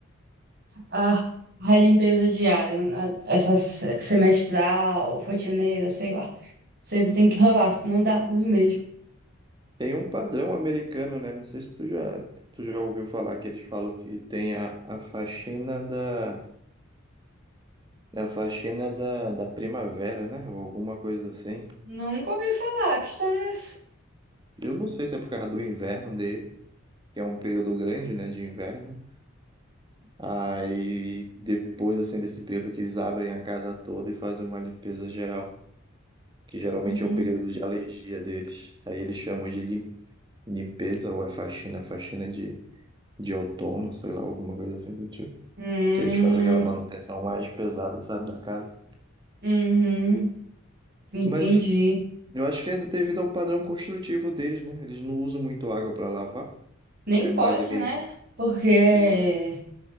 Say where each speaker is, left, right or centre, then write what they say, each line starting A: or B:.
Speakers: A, on the right; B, on the right.
A: A, a limpeza diária, né? essa se- semestral, rotineira, sei lá. Sempre tem que rolar, senão dá ruim mesmo.
B: Tem um padrão americano, né? Não sei se tu já, tu já ouviu falar que eles falam que tem a, a faxina da, a faxina da, da primavera, né? Ou alguma coisa assim.
A: Nunca ouvi falar, que história é essa?
B: Eu não sei se é por causa do inverno dele, que é um período grande, né, de inverno. Aí depois assim desse período que eles abrem a casa toda e fazem uma limpeza geral, que geralmente
A: Uhum.
B: é o período de alergia deles. Aí eles chamam de lim- limpeza ou é faxina, faxina de, de outono, sei lá, alguma coisa assim do tipo.
A: Hum,
B: Que eles fazem aquela manutenção mais pesada, sabe, da casa.
A: uhum, entendi.
B: Mas eu acho que é devido ao padrão construtivo deles, né? Eles não usam muito água para lavar.
A: Nem
B: É
A: pode,
B: mais aquele.
A: né? Porque é
B: Uhum.